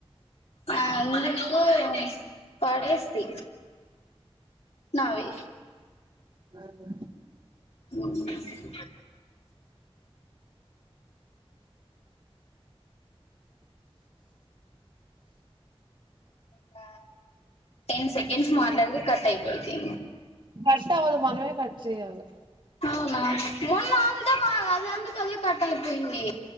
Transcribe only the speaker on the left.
ఆ అందుకు పాడేస్త <unintelligible> నావి
ఉ కా టెన్ సెకెండ్స్ మాట్లాడతే, కట్ అయిపోయిది.
అవునా, మొన్నా అంతా అది ఎందుకు కట్టయిపోయింది.